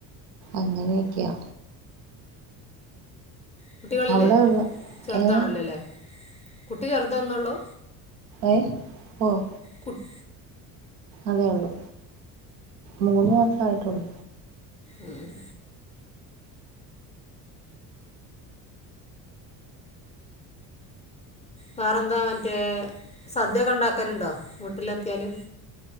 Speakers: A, on the right (about 75°); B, on the left (about 15°).
A: അങ്ങനെയൊക്കെയാ
B: കുട്ടികളില്ലേ
A: അവിടെ ഉള്ള
B: ചെറുതാണല്ലോ
A: ഏ
B: ല്ലേ കുട്ടി ചെറുതൊന്നൊള്ളൂ
A: ഏഹ് ഓഹ്
B: കുട്ട്
A: അതേ ഉള്ളു മൂന്ന് മാസായിട്ടുള്ളു
B: ഉം ഉം വേറെ എന്താ മറ്റേ സദ്യൊക്കെ ഉണ്ടാക്കല്ണ്ടോ വീട്ടിലെത്തിയാലും